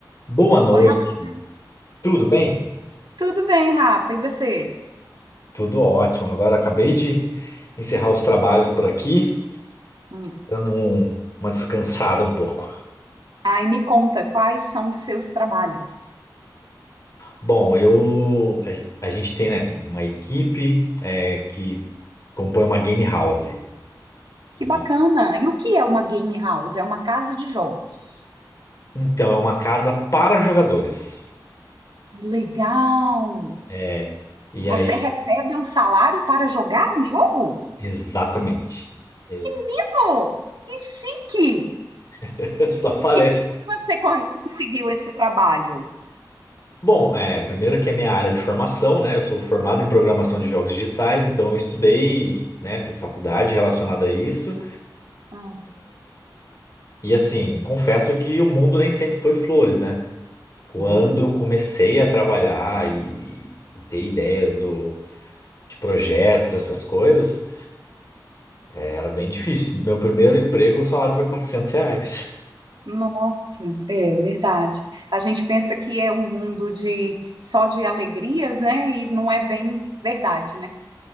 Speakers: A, on the left; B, on the right.
A: Boa noite,
B: Oi, Rafa.
A: tudo bem?
B: Tudo bem, Rafa? E você?
A: Tudo ótimo. Agora acabei de encerrar os trabalhos por aqui,
B: Hum.
A: dando um- uma descansada um pouco.
B: Ai, me conta, quais são os seus trabalhos?
A: Bom, eu a, gen- a gente tem, né, uma equipe é, que compõe uma game house.
B: Que
A: E,
B: bacana! E o que é uma game house? É uma casa de jogos.
A: então é uma casa para jogadores.
B: Legal!
A: É, E
B: Você
A: aí,
B: recebe um salário para jogar um jogo?
A: exatamente. Ex-
B: Menino, que chique!
A: <laughs> Só parece.
B: E como você con- conseguiu esse trabalho?
A: Bom, é, primeiro que é minha área de formação, né? Eu sou formado em programação de jogos digitais, então eu estudei, né? Fiz faculdade relacionada a isso.
B: Ah,
A: E assim, confesso que o mundo nem sempre foi flores, né? Quando
B: uhum.
A: eu comecei a trabalhar e, e- e ter ideias do, de projetos, essas coisas, era bem difícil. Meu primeiro emprego, o salário foi 400 reais.
B: Nossa, é verdade. A gente pensa que é um mundo de só de alegrias, né? E não é bem verdade, né?